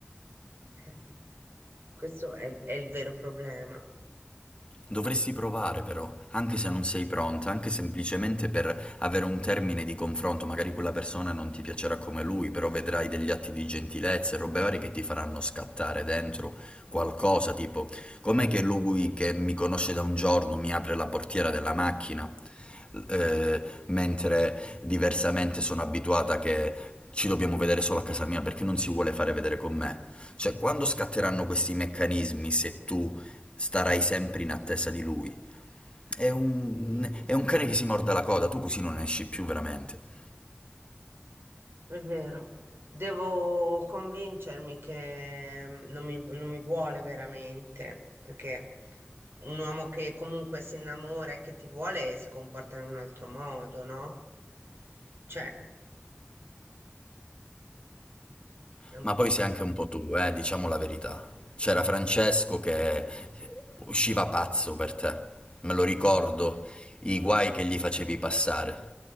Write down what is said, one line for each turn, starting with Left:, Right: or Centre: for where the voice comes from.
Right: Eh, Questo è, è il vero problema.
Left: Dovresti provare però, anche se non sei pronta, anche semplicemente per avere un termine di confronto, magari quella persona non ti piacerà come lui, però vedrai degli atti di gentilezza e robe varie che ti faranno scattare dentro qualcosa, tipo com'è che lui che mi conosce da un giorno mi apre la portiera della macchina? eh, mentre diversamente sono abituata che ci dobbiamo vedere solo a casa mia perché non si vuole fare vedere con me. Cioè, quando scatteranno questi meccanismi se tu starai sempre in attesa di lui? È un,
Right: Mm,
Left: è un cane che si morde la coda, tu così non esci più veramente.
Right: È vero. Devo convincermi che mm, non mi, non mi vuole veramente, perché un uomo che comunque si innamora e che ti vuole si comporta in un altro modo, no? Cioè, è un
Left: Ma
Right: po'...
Left: poi sei anche un po' tu, eh, diciamo la verità. C'era Francesco che usciva pazzo per te, me lo ricordo,
Right: mm.
Left: i guai che gli facevi passare.